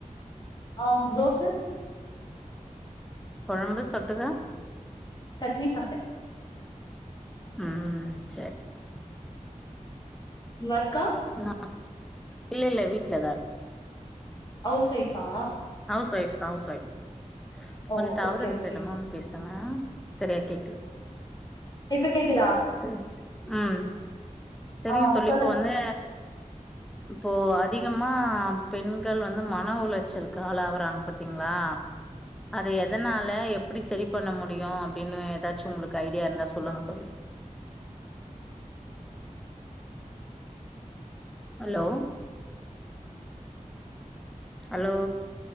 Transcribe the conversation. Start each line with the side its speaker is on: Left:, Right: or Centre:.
Left: ஆ தோச
Centre: கொழம்பு தொட்டுக்க
Left: சட்னி சாப்ட்டே
Centre: ம் சேர் சரி
Left: வொர்க்கா
Centre: நா இல்ல இல்ல வீட்லதா இருக்
Left: ஹவுஸ் ஒய்ஃபா
Centre: ஹவுஸ் ஒய்ஃப் ஹவுஸ் ஒய்ஃப்
Left: ஓ
Centre: கொஞ்ச டவர்
Left: ஓகே
Centre: இருக்குற
Left: ஓகே
Centre: இடமா பேசுங்க சரியா கேக்கல
Left: இப்ப கேக்குதா
Centre: சரி ம் சரிங்க
Left: ஆ
Centre: தோழி
Left: சொல்லுங்க
Centre: இப்ப வந்து
Left: சொல்லுங்க
Centre: இப்போ அதிகமா பெண்கள் வந்து மன உளச்சலுக்கு ஆளாவறாங்க பாத்தீங்களா அது எதனால எப்டி சரி பண்ண முடியு அப்பிடின்னு ஏதாச்சு உங்குளுக்கு ஐடியா இருந்தா சொல்லுங்க தோழி ஹலோ ஹலோ